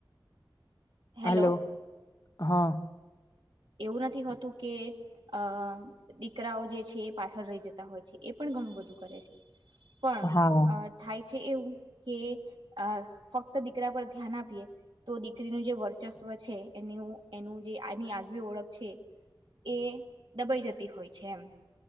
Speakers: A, on the right (about 80°); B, on the left (about 45°).
A: હેલો
B: હલો હા.
A: એવું નથી હોતું કે અ દીકરાઓ જે છે પાછળ રહી જતા હોય છે એ પણ ઘણું બધું કરે છે પણ
B: હા
A: અ થાય છે એવુ કે અ ફક્ત દીકરા પર ધ્યાન આપીએ તો દીકરીનું જે વર્ચસ્વ છે એન્યુ એનું જે આજની આગ ઓળખ છે એ દબાઈ જતી હોય છે એમ.